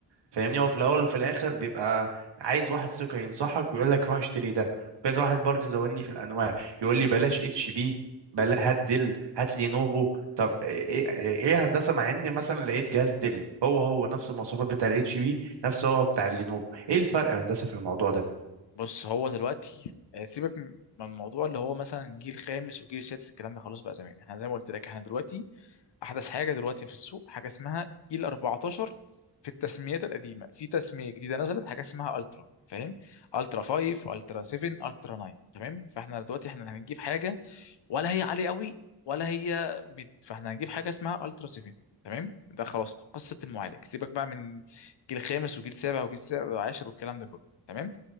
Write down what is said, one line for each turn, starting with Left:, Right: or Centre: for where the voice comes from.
Right: فاهمني هو في الاول وفي الاخر بيبقى عايز واحد ثقه ينصحك ويقول لك روح اشتري ده وكذا واحد برضه زودني في الانواع يقول لي بلاش اتش بي بلا هات ديل هات لينوفو طب ايه ايه إيه يا هندسه مع ان مثلا لقيت جهاز ديل هو هو نفس المواصفات بتاع الاتش بي نفسه هو بتاع اللينوفو ايه الفرق يا هندسه في الموضوع ده
Left: بص هو دلوقتي آه، سيبك م- من الموضوع اللي هو مثلا جيل خامس وجيل سادس الكلام ده خلاص بقى زمان احنا زي ما قلت لك احنا دلوقتي احدث حاجه دلوقتي في السوق حاجه اسمها جيل 14 في التسميات القديمه في تسميه جديده نزلت حاجه اسمها الترا فاهم الترا 5 الترا 7 الترا 9 تمام فاحنا دلوقتي احنا هنجيب حاجه ولا هي عالية قوي ولا هي ميد فاحنا هنجيب حاجة اسمها الترا سيفين تمام ده خلاص قصة المعالج سيبك بقى من جيل خامس وجيل سابع وجيل سابع وعاشر والكلام ده كله تمام